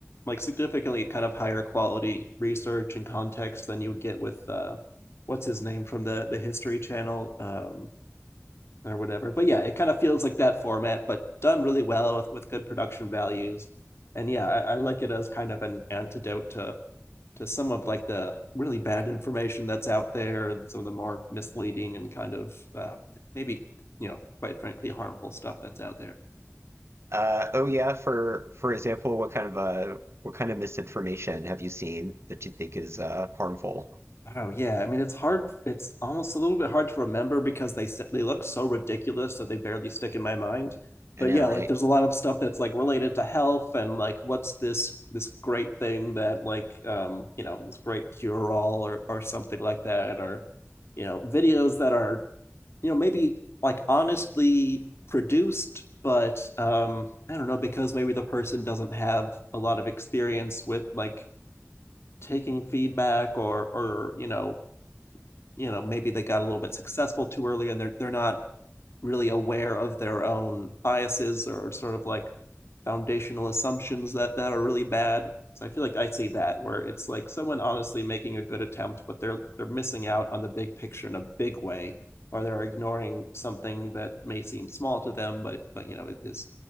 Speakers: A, on the left; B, on the right.
A: like significantly kind of higher quality research and context than you would get with uh what's his name from the the history channel um or whatever. But yeah, it kind of feels like that format, but done really well with with good production values. And yeah, I, I like it as kind of an antidote to to some of like the really bad information that's out there and some of the more misleading and kind of uh, maybe you know quite frankly harmful stuff that's out there.
B: Uh, oh yeah, for for example, what kind of uh, what kind of misinformation have you seen that you think is uh, harmful?
A: Oh yeah, I mean it's hard. It's almost a little bit hard to remember because they s- they look so ridiculous that they barely stick in my mind. But
B: I know,
A: yeah,
B: right.
A: like there's a lot of stuff that's like related to health and like what's this this great thing that like um you know this great cure all or or something like that or you know videos that are you know maybe like honestly produced but um I don't know because maybe the person doesn't have a lot of experience with like taking feedback or or you know you know maybe they got a little bit successful too early and they're they're not really aware of their own biases or sort of like foundational assumptions that that are really bad. So I feel like I see that where it's like someone honestly making a good attempt, but they're they're missing out on the big picture in a big way, or they're ignoring something that may seem small to them, but but you know it is